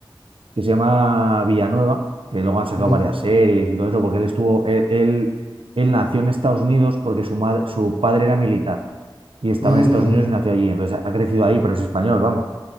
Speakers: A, on the right (about 85°); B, on the left (about 45°).
A: que se llama Villanueva, que luego han sacado
B: Ujú,
A: varias series y todo eso, porque él estuvo, él, él, él nació en Estados Unidos porque su madre, su padre era militar y estaba
B: ujú,
A: en Estados
B: ujú.
A: Unidos y nació allí. Entonces ha crecido ahí, pero es español, vamos.